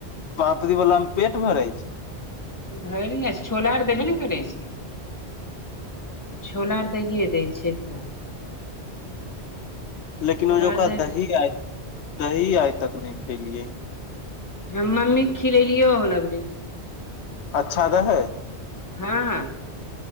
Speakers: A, on the left; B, on the left.
A: पापड़ी बलामे पेट भरैय छैय।
B: भरि ने छोला आर देबे ने करैय छैय। छोला दैये दैय छैय।
A: लेकिन ओ जो
B: आर
A: का
B: दै
A: दही
B: दै
A: आइ दही आइ तक नहि खैलियैय।
B: हम मम्मी खिलेलियौव हो एबरी
A: अच्छा रहैय।
B: हाॅं